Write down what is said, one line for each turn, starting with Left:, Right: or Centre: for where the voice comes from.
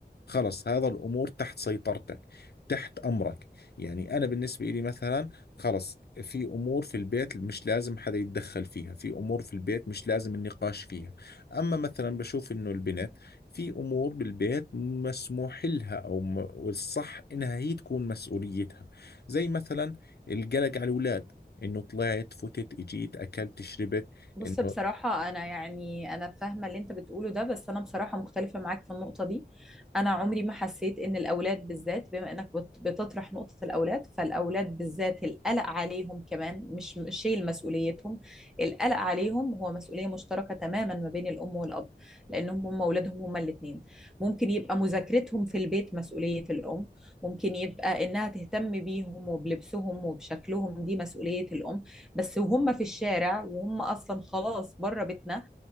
Left: خلص هذا الأمور تحت سيطرتك تحت أمرك يعني أنا بالنسبة لي مثلا خلص في أمور في البيت مش لازم حدا يتدخل فيها في أمور في البيت مش لازم النقاش فيها أما مثلا بشوف إنه البنت في أمور بالبيت مسموح لها أو م... والصح إنها هي تكون مسؤوليتها زي مثلا القلق على الأولاد إنه طلعت فتت إجيت أكلت شربت
Centre: بص
Left: إنه
Centre: بصراحة أنا يعني أنا فاهمة اللي أنت بتقوله ده بس أنا بصراحة مختلفة معاك في النقطة دي أنا عمري ما حسيت إن الأولاد بالذات بما إنك بت- بتطرح نقطة الأولاد فالأولاد بالذات القلق عليهم كمان مش مش شيل مسؤوليتهم القلق عليهم هو مسؤولية مشتركة تماما ما بين الأم والأب لأنهم هم أولادهم هما الاتنين ممكن يبقى مذاكرتهم في البيت مسؤولية الأم ممكن يبقى إنها تهتم بيهم وبلبسهم وبشكلهم دي مسؤولية الأم بس وهم في الشارع وهم اصلا خلاص بره بيتنا